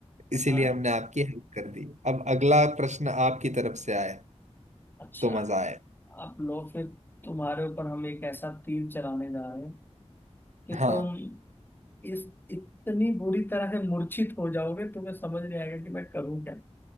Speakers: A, on the right; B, on the left.
A: इसीलिए
B: हाँ
A: हमने आपकी हेल्प कर दी अब अगला प्रश्न आपकी तरफ से आए
B: अच्छा
A: तो मजा आए
B: आप लो फिर तुम्हारे ऊपर हम एक ऐसा तीर चलाने जा रहे हैं कि
A: हाँ
B: तुम इस इतनी बुरी तरह से मूर्छित हो जाओगे तुम्हें समझ नहीं आएगा कि मैं करूं क्या